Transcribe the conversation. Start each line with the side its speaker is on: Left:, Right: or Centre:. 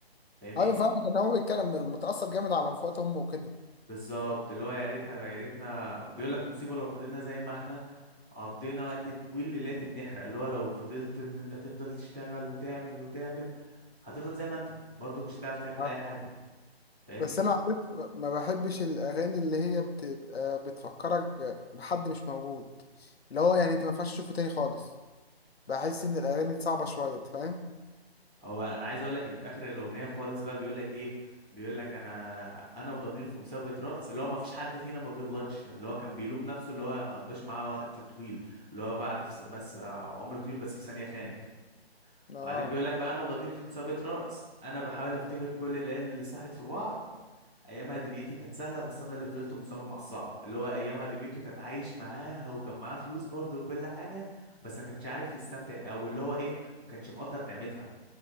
Centre: فاهمني
Left: ايوه فعلا كان هو بيتكلم من- متأثر جامد على وفاة امه وكده
Centre: بالظبط اللي هو يا ريتها يا ريتنا بيقول لك مصيبة لو فضلنا زي ما احنا قضينا وقت طويل ليلات بنحرق اللي هو لو فضلت ان انت تفضل تشتغل وتعمل وتعمل هتفضل زي ما انت برضه مش هتعرف تعمل
Left: آه.
Centre: اي حاجة
Left: آه.
Centre: فاهمني
Left: بس انا عارف ما بحبش الاغاني اللي هي بتبقى بتفكرك بحد مش موجود اللي هو يعني انت ما ينفعش تشوفه تاني خالص بحس ان الاغاني دي صعبة شوية أنت فاهم
Centre: هو انا عايز اقول لك ان في اخر الاغنية خالص بقى بيقول لك ايه بيقول لك انا انا وضميري في مسابقة رقص اللي هو ما فيش حد فينا ما بيغلطش اللي هو كان بيلوم نفسه اللي هو ما قضاش معاه وقت طويل اللي هو بعد في س... بس آه، عمر طويل بس في ثانية خانك
Left: اه
Centre: بعدين بيقول لك بقى انا وضميري في مسابقة رقص انا بحاول افتكر كل العيال اللي ساحت في بعض ايامها دنيتي كانت سهلة بس انا اللي فضلت مصمم على الصعب اللي هو ايامها دنيته كانت عايش معاها وكان معاه فلوس برضه وكل حاجة بس ما كانش عارف يستمتع بيها، او اللي هو ايه ما كانش مقدر نعمتها